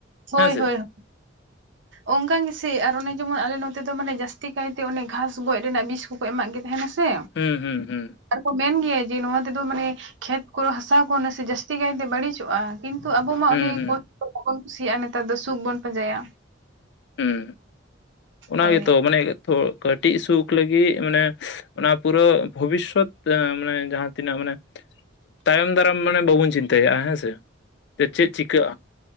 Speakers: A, on the right; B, on the left.
A: ᱦᱳᱭ
B: ᱦᱮᱸᱥᱮ
A: ᱦᱳᱭ ᱦᱳᱭ
B: <inaudible>
A: ᱚᱱᱠᱟ ᱜᱮᱥᱮ ᱟᱨ ᱚᱱᱮ ᱡᱮᱢᱚᱱ ᱟᱞᱮ ᱱᱚᱛᱮ ᱫᱚ ᱢᱟᱱᱮ ᱡᱟᱹᱥᱛᱤ ᱠᱟᱭᱛᱮ ᱚᱱᱮ ᱜᱷᱟᱥ ᱜᱚᱡ ᱨᱮᱱᱟᱜ ᱵᱤᱥ ᱠᱚᱠᱚ ᱮᱢᱟᱜ ᱜᱮ ᱛᱟᱦᱮᱱᱟ ᱥᱮ
B: ᱦᱩᱸ ᱦᱩᱸ ᱦᱩᱸ
A: ᱟᱨ ᱠᱚ ᱢᱮᱱ ᱜᱮᱭᱟ ᱡᱮ ᱱᱚᱣᱟ ᱛᱮᱫᱚ ᱢᱟᱱᱮ ᱠᱷᱮᱛ ᱠᱚᱨᱮ ᱦᱟᱥᱟ ᱠᱚ ᱱᱟᱥᱮ ᱡᱟᱹᱥᱛᱤ ᱠᱟᱭᱛᱮ ᱵᱟᱹᱲᱤᱡᱚᱜᱼᱟ᱾ ᱠᱤᱱᱛᱩ ᱟᱵᱚ ᱢᱟ
B: ᱦᱩᱸ
A: ᱚᱱᱮ
B: ᱦᱩᱸ
A: ᱠᱚᱥᱴ ᱵᱟᱵᱚᱱ ᱠᱩᱥᱤᱭᱟᱜᱼᱟ ᱱᱮᱛᱟᱨ ᱫᱚ ᱥᱩᱠ ᱵᱚᱱ ᱯᱟᱸᱡᱟᱭᱟ᱾
B: ᱦᱸ ᱚᱱᱟ
A: ᱦᱳᱭ
B: ᱜᱮᱛᱚ ᱢᱟᱱᱮ ᱠᱟᱹᱴᱤᱡ ᱥᱩᱠ ᱞᱟᱹᱜᱤᱫ ᱢᱟᱱᱮ ᱚᱱᱟ ᱯᱩᱨᱟᱹ ᱵᱷᱚᱵᱤᱥᱥᱚᱛ ᱢᱟᱱᱮ ᱡᱟᱦᱟᱸ ᱛᱤᱱᱟᱹᱜ ᱢᱟᱱᱮ ᱛᱟᱭᱚᱢ ᱫᱟᱨᱟᱢ ᱢᱟᱱᱮ ᱵᱟᱵᱚᱱ ᱪᱤᱱᱛᱟᱹᱼᱟ ᱦᱮᱸᱥᱮ ᱡ ᱪᱮᱫ ᱪᱤᱠᱟᱹᱜᱼᱟ